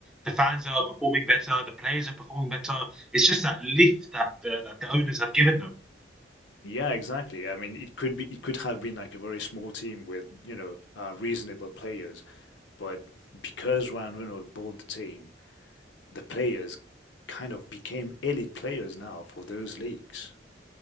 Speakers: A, in the centre; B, on the left.
A: the fans are performing better, the players are performing better. It's just that lift that the, that the owners have given them.
B: yeah, exactly. I mean, it could be it could have been like a very small team with, you know, uh, reasonable players But because Ryan Reynolds bought the team, the players kind of became elite players now for those leagues.